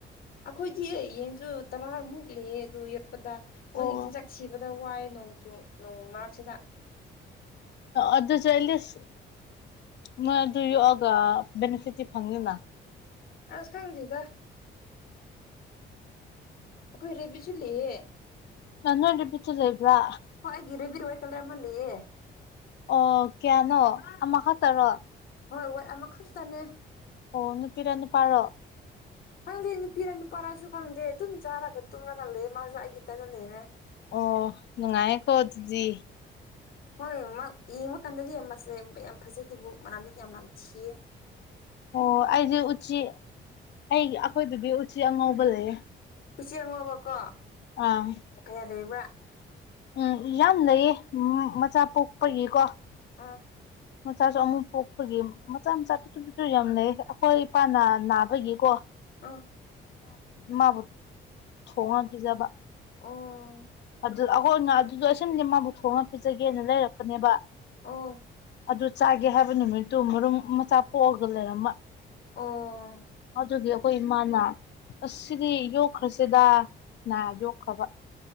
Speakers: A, on the left; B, on the left.
A: ꯑꯩꯈꯣꯏꯗꯤ ꯌꯦꯟꯁꯨ ꯇꯔꯥꯃꯨꯛ ꯂꯩꯌꯦ ꯑꯗꯨ ꯆꯄꯗ ꯃꯣꯏꯒꯤ
B: ꯑꯣ
A: ꯆꯤꯟꯖꯥꯛ ꯁꯤꯕꯗ ꯋꯥꯏꯦ ꯅꯣꯡꯆꯨ ꯅꯣꯡ ꯃꯔꯛꯁꯤꯗ
B: ꯑꯗꯨꯁꯨ ꯑꯦꯠꯂꯤꯁ ꯃꯣꯏ ꯑꯗꯨ ꯌꯣꯛꯑꯒ ꯕꯦꯅꯤꯐꯤꯠꯇꯤ ꯐꯪꯅꯤꯤꯅ
A: ꯑꯁ ꯈꯪꯗꯗ ꯑꯩꯈꯣꯏ ꯔꯦꯕꯤꯁꯨ ꯂꯩꯌꯦ
B: ꯅꯪꯄꯤꯠꯇꯗ ꯏꯕ꯭ꯔꯥ
A: ꯍꯣꯏ ꯑꯩꯒꯤꯔꯦꯕꯤꯔꯣꯣꯏ ꯀꯂꯔꯃꯜ ꯂꯩꯌꯦ
B: ꯑꯣ ꯀꯌꯥꯅꯣ ꯑꯃ ꯇꯔꯣ
A: ꯍꯣꯏ ꯍꯣꯏ ꯑꯃꯈꯛꯇꯅꯦ
B: ꯑꯣꯅꯇꯤꯔꯅꯤ ꯄꯕꯣ
A: ꯈꯪꯗꯦ ꯅꯨꯄꯤꯔ ꯅꯨꯄꯥꯔꯥꯁꯨ ꯈꯪꯗꯦ ꯑꯗꯨꯨꯝ ꯆꯥꯔꯒ ꯇꯨꯝꯂꯒ ꯂꯩ ꯃꯥꯁꯨ ꯑꯩꯒꯤ ꯇꯅꯅꯦꯅꯦ
B: ꯑꯣ ꯅꯨꯡꯉꯥꯏ ꯀꯣ ꯑꯗꯨꯗꯤ
A: ꯍꯣꯏ ꯌꯦꯡꯕ ꯀꯥꯟꯗꯗꯤ ꯃꯁꯦ ꯌꯥꯝ ꯐꯖꯩ ꯑꯗꯨꯕꯨ ꯃꯅꯥꯝꯗꯤ ꯀ ꯌꯥꯝ ꯌꯥꯝ ꯊꯤꯌꯦꯦ
B: ꯑꯣ ꯑꯩꯗꯤ ꯎꯆꯤ ꯑꯩ ꯑꯩꯈꯣꯏꯗꯗꯤ ꯎꯆꯤ ꯑꯉꯧꯕ ꯂꯩꯌꯦ
A: ꯎꯆꯦꯛꯉꯕꯀꯣ
B: ꯑꯪ
A: ꯀꯌꯥ ꯂꯩꯕ꯭ꯔꯥ
B: ꯎꯝ ꯌꯥꯝ ꯂꯩꯌꯦ ꯃꯆꯥ ꯄꯣꯛꯄꯒꯤꯀꯣ
A: ꯑꯥ
B: ꯃꯆꯥꯁꯨ ꯑꯃꯨꯛ ꯄꯣꯛꯄꯒꯤ ꯃꯆꯥ ꯃꯆꯥ ꯄꯤꯠꯇꯨ ꯄꯤꯠꯇꯨ ꯌꯥꯝ ꯂꯩ ꯑꯩꯈꯣꯏ ꯏꯄꯥꯅ ꯅꯥꯕꯒꯤꯀꯣ
A: ꯑꯥ
B: ꯃ ꯊꯣꯍꯅ ꯄꯖꯕ
A: ꯑꯣ
B: ꯑꯗꯨ ꯑꯩꯈꯣꯏꯅ ꯑꯗꯨꯗꯣ ꯑꯁꯝꯗꯤ ꯃꯥꯕꯨ ꯊꯣꯛꯣꯡꯅ ꯄꯤꯖꯒꯦꯅ ꯂꯩꯔꯛꯄꯅꯦꯕ
A: ꯑꯣ
B: ꯑꯗꯨ ꯆꯥꯒꯦ ꯍꯥꯏꯕ ꯅꯨꯃꯤꯠꯇꯨ ꯃꯔꯨꯝ ꯃꯆꯥ ꯄꯣꯛꯑꯒ ꯂꯩꯔꯃ
A: ꯑꯣ
B: ꯑꯗꯨꯗꯤ ꯑꯩꯈꯣꯏ ꯏꯃꯥꯅ ꯑꯁ ꯁꯤꯗꯤ ꯌꯣꯛꯈ꯭ꯔꯁꯤꯦꯗ ꯅꯥ ꯌꯣꯛꯈ꯭ꯔꯕ